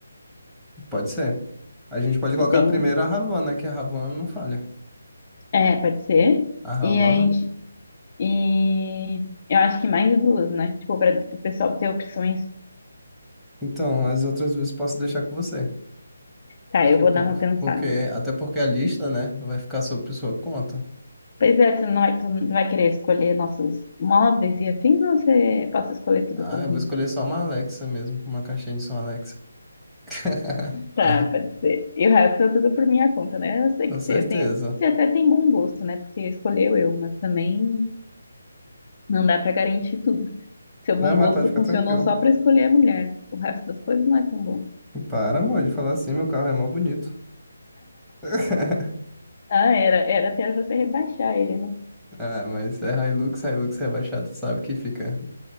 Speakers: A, in the centre; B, on the left.
A: pode ser. A gente pode
B: Tipo,
A: colocar
B: tem.
A: primeiro a Ravan, né? Que a Ravan não falha.
B: É, pode ser.
A: A Ravan.
B: E aí, a gente- e eu acho que mais duas, né? Tipo, pra o pessoal ter opções.
A: Então, as outras duas posso deixar com você.
B: Tá, eu
A: Tipo,
B: vou dar uma pensada.
A: porque até porque a lista, né, vai ficar sob sua conta.
B: Pois é, tu não vai, tu não vai querer escolher nossos móveis e afim, ou você posso escolher tudo
A: Ah,
B: sozinho?
A: eu vou escolher só uma Alexa mesmo, uma caixinha de som Alexa. <laughs>
B: Tá, pode ser. E o resto é tudo por minha conta, né? Eu sei
A: Com
B: que
A: certeza.
B: você tem, você até tem bom gosto, né? Porque escolheu eu, mas também não dá pra garantir tudo. Seu bom
A: Não, mas
B: gosto
A: pode ficar
B: funcionou
A: tranquilo.
B: só pra escolher a mulher. O resto das coisas não é tão bom.
A: Para, amor, de falar assim, meu carro é mó bonito. <laughs>
B: Ah, era, era até você rebaixar ele, né?
A: Ah, mas é Hilux, Hilux rebaixado, sabe que fica,